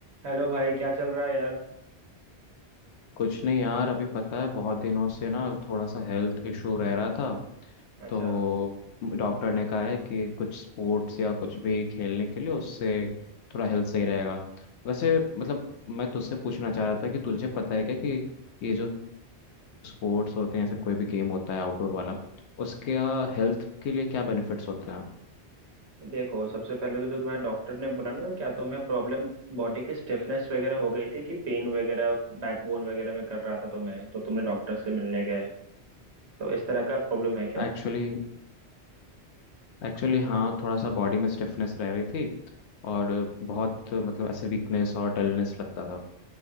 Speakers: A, on the right; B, on the left.
A: Hello भाई क्या चल रहा है यार
B: कुछ नहीं यार अभी पता है बहुत दिनों से ना थोड़ा सा हेल्थ इशू रह रहा था
A: अच्छा
B: तो डॉक्टर ने कहा है कि कुछ स्पोर्ट्स या कुछ भी खेलने के लिए उससे थोड़ा हेल्थ सही रहेगा वैसे मतलब मैं तुझसे पूछना चाह रहा था कि तुझे पता है क्या कि ये जो स्पोर्ट्स होते हैं या फिर कोई भी गेम होता है आउटडोर वाला उसके हेल्थ के लिए क्या बेनिफिट्स होते हैं
A: देखो सबसे पहले तो जो तुम्हारे डॉक्टर ने बोला ना क्या तुम्हें प्रॉब्लम बॉडी की स्टिफनेस वगैरह हो गई थी कि पेन वगैरह बैकबोन वगैरह में कर रहा था तुम्हें तो तुमने डॉक्टर से मिलने गए तो इस तरह का प्रॉब्लम है क्या
B: एक्चुअली एक्चुअली हाँ थोड़ा सा बॉडी में स्टिफनेस रह रही थी और बहुत मतलब ऐसे वीकनेस और डलनेस लगता था